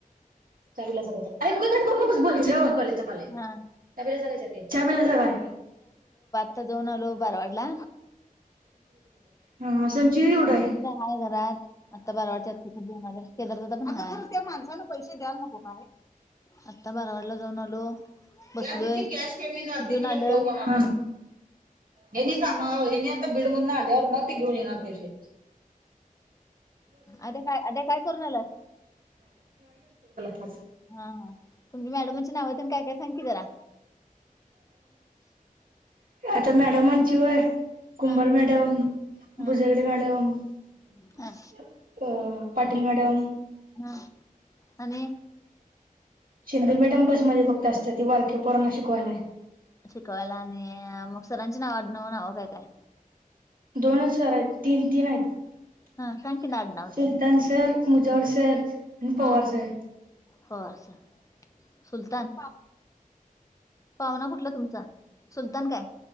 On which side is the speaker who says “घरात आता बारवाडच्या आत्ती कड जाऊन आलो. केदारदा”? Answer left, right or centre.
Left